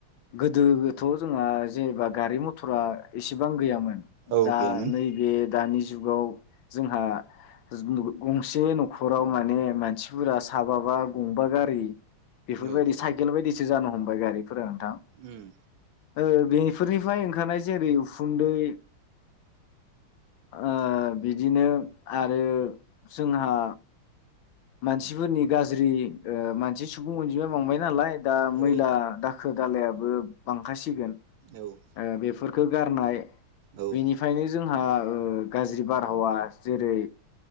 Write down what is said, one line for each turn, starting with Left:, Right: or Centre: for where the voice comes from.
Left: गोदोबोथ' जोंहा जेनेबा गारि मथरा एसेबां गैयामोन दा
Right: औ गैयामोन
Left: नैबे दानि जुगाव जोंहा जोनु गंसे न'खराव माने मानसिफोरा साबाबा गंबा गारि बेफोरबायदि
Right: औ
Left: साइकेल बायदि सो जानो हमबाय गारि फोरा नोंथां।
Right: उम
Left: ओ बेनिफोरनिफ्राय ओंखारनाय जेरै उखुन्दै ओ बिदिनो आरो जोंहा मानसिफोरनि गाज्रि मानसि सुबुं अनजिमा बांबाय नालाय दा मैला
Right: औ
Left: दा खो दालायाबो बांखासिगोन
Right: औ
Left: ओ बे फोरखो गारनाय
Right: औ
Left: बेनिफ्रायनो जों आ ओगाज्रि बारहावा जेरै